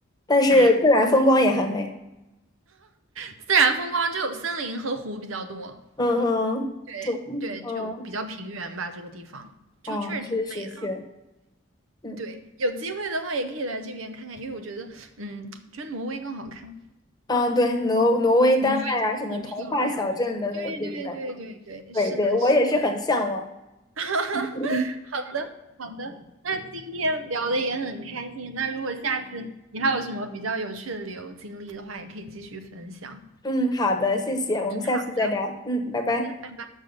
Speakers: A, on the left; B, on the right.
A: 但是自然风光也很美。
B: 哎，自然风光就森林和湖比较多。
A: 嗯
B: 对对，
A: 嗯嗯，
B: 就比较平原吧，这个地方就确实挺美的。
A: 哦，确实是，嗯
B: 对，有机会的话也可以来这边看看，因为我觉得，嗯，觉得挪威更好看。
A: 嗯，对，挪挪威、丹麦啊，
B: 挪威真的很漂亮。
A: 什么童话小镇的这种的，
B: 对对对对对，
A: 对对，
B: 是的，
A: 我也是很向往。
B: 是的。<laughs> 好的，
A: 嗯
B: 好的。那今天聊的也很开心。那如果下次你还有什么比较有趣的旅游经历的话，也可以继续分享。
A: 嗯，好的，谢谢，我们下次再聊。
B: 好的，
A: 嗯，拜拜。
B: 好的，拜拜。